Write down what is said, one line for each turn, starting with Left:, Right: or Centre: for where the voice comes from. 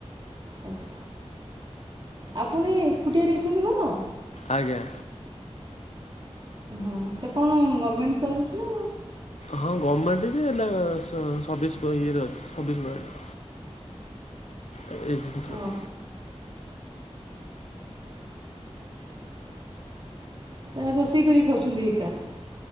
Right: ଆଚ୍ଛା ଆପଣ ଏକୁଟିଆ ନେଇଛନ୍ତି ଘର?
Left: ଆଜ୍ଞା।
Right: ହଁ ସେ କଣ ଗମେଣ୍ଟ ସର୍ଭିସ୍ ନା
Left: ହଁ ଗମେଣ୍ଟ ଯେ ହେଲେ ସ- ସର୍ବିଶ ଇଏରେ ଅଛି ସର୍ବିଶ ଭଳିଆ। ଏଇ <unintelligible>
Right: ହଁ ଏ ରୋଷେଇ କରିକି ଖାଉଛନ୍ତି ଏକା?